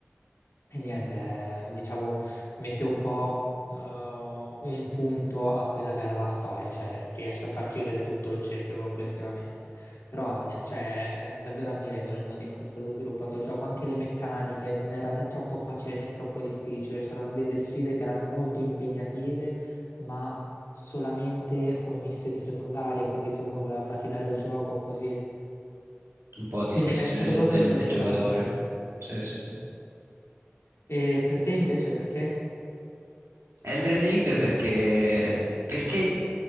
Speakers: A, on the left; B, on the right.
A: e niente, eh, diciamo, mette un po' eh, un punto a quella che era la storia, cioè riesce a far chiudere tutto il cerchio complessivamente. Però ni- cioè, è davvero ammirevole il modo in cui è stato sviluppato il gioco, anche le meccaniche, non era né troppo facile né troppo difficile, c'erano delle sfide che erano molto impegnative, ma solamente come missioni secondarie, quindi se uno voleva platinare il gioco così.
B: Un po' a discrezione
A: Quindi è stato
B: del,
A: proprio
B: del-
A: organizzato
B: del giocatore.
A: bene.
B: Sì, sì, sì.
A: E per te invece perché?
B: Elden Ring perché, perché,